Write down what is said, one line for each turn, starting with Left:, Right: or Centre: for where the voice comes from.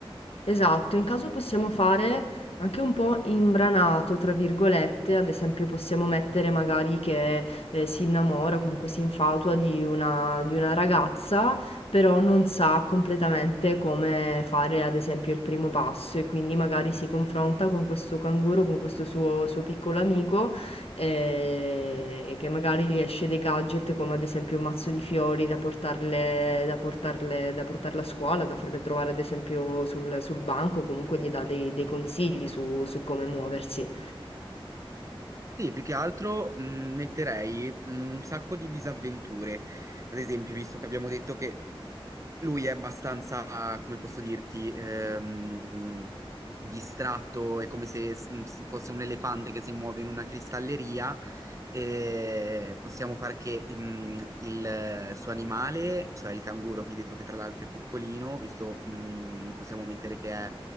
Left: Esatto, in caso possiamo fare anche un po' "imbranato", tra virgolette, ad esempio possiamo mettere magari che, ehm, si innamora o comunque si infatua di una di una ragazza, però non sa completamente come fare, ad esempio, il primo passo e quindi magari si confronta con questo canguro, con questo suo suo piccolo amico eh, che magari gli esce dei gadget come ad esempio un mazzo di fiori da portarle, da portarle, da portarle a scuola, da farle trovare ad esempio sul, sul banco, comunque gli dà dei, dei consigli su, su come muoversi.
Right: Sì, più che altro mh, metterei mh, un sacco di disavventure. Ad esempio, visto che abbiamo detto che lui è abbastanza, come posso dirti, ehm, distratto, è come se s- mm, s- fosse un elefante che si muove in una cristalleria e possiamo fare che mm, il eh, suo animale, cioè il canguro che hai detto che tra l'altro è piccolino, visto mm, possiamo mettere che è